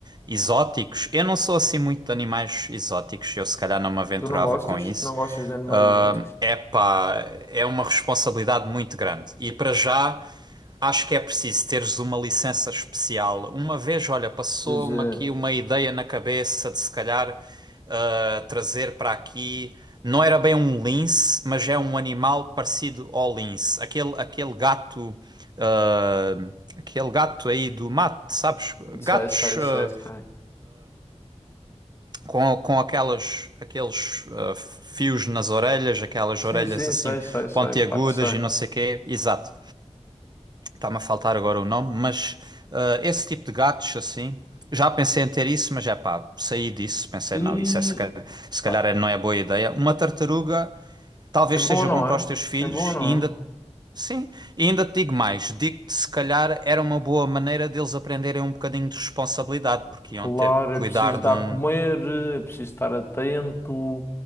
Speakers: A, on the right; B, on the left.
A: exóticos. Eu não sou assim muito de animais exóticos, eu se calhar não me aventurava
B: Tu não gostas?
A: com isso.
B: Não gostas de animais
A: Ah,
B: exóticos?
A: epá, é uma responsabilidade muito grande. E para já, acho que é preciso teres uma licença especial. Uma vez, olha, passou-me
B: Pois é,
A: aqui uma ideia na cabeça de se calhar uh, trazer para aqui. Não era bem um lince, mas é um animal parecido ao lince. Aquele, aquele gato. uh, aquele gato aí do mato, sabes?
B: sei,
A: Gatos
B: sei,
A: uh,
B: sei, sei.
A: com, com aquelas, aqueles uh, fios nas orelhas, aquelas
B: Sim,
A: orelhas
B: sim,
A: assim
B: sei, sei, sei,
A: pontiagudas
B: claro que sei.
A: e não sei o quê. Exato. Está-me a faltar agora o nome, mas uh, esse tipo de gatos assim. Já pensei em ter isso, mas é pá, saí disso. Pensei,
B: E
A: não, isso é se calhar, se calhar
B: pá,
A: não é boa ideia. Uma tartaruga. talvez
B: é bom,
A: seja
B: não
A: bom para
B: é?
A: os teus filhos
B: É bom, não
A: e ainda,
B: é?
A: sim, e ainda te digo mais, digo-te se calhar era uma boa maneira deles aprenderem um bocadinho de responsabilidade, porque iam
B: Claro,
A: ter que
B: é
A: cuidar
B: preciso
A: de
B: dar
A: um,
B: a comer, é preciso estar atento,